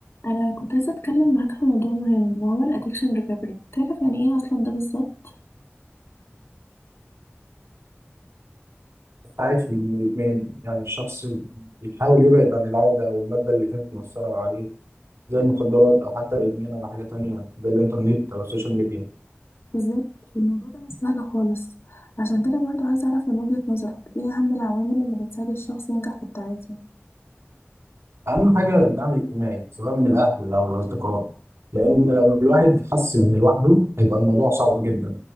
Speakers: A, on the left (about 70°); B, on the right (about 85°).
A: انا كنت عايزه اتكلم معاك في موضوع مهم وهو الادكشن ريكفري تعرف يعني ايه اصلا ده بالظبط
B: عافي من الإدمان يعني الشخص بيحاول يبعد عن العادة أو المادة اللي كانت مؤثرة عليه زي المخدرات أو حتى الإدمان على حاجة تانية زي الإنترنت أو السوشيال ميديا
A: بالظبط الموضوع ده مش سهل خالص عشان كده برضو عايزه اعرف من وجهة نظرك ايه اهم العوامل اللي بتساعد الشخص ينجح في التعافي
B: أهم حاجة الدعم الاجتماعي سواء من الأهل أو الأصدقاء لأن لو الواحد حس إن لوحده هيبقى الموضوع صعب جدا